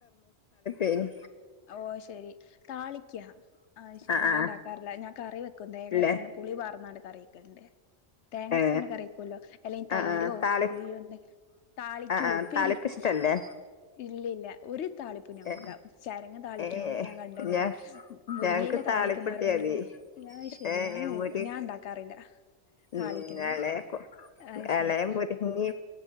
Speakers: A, on the left (about 55°); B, on the left (about 80°).
A: പിനി
B: ഓ ശരി താളിക്ക ആ ശരി
A: ആഹ്
B: ഞാൻ
A: ആഹ്
B: ഉണ്ടാക്കാറില്ല ഞാൻ കറി വെ തേങ്ങ
A: ഇല്ലേ
B: അരച്ചാണ് പുളി പറാന്നാട് കറിവെക്കൽണ്ട് തേങ്ങരച്ചണ്
A: ഏ
B: കറക്കുമല്ലോ അല്ലെങ്കിൽ തൈരോ
A: ആ ആ താളി
B: പുളിയോന്തൊ താളിക്കൂല
A: ആ ആ
B: ഉപ്പേരക്കും
A: താളിപ്പ് ഇഷ്ടല്ലേ
B: ഇല്ലല്ല ഒരു താളിപ്പും ഞാൻ
A: ഏ
B: കൂടുലാ ചരങ്ങ് താളിക്കണല്ലേ
A: ഏ
B: ഞാൻ കണ്ടണേ
A: ഞ
B: മുരിങ്ങയില
A: ഞങ്ങക്ക് താളിപ്പിട്ടിയാതി
B: താളിക്കുന്നവർ കൊണ്ടത ശരി
A: ഏ
B: ഞാൻ
A: മുരി
B: ഞാൻ ഉണ്ടാക്കാറില്ല
A: ഉം
B: താളിക്കുന്നത്
A: ഇളയക്ക
B: അത്
A: ഇളയ
B: ശെരി
A: മുരി നീ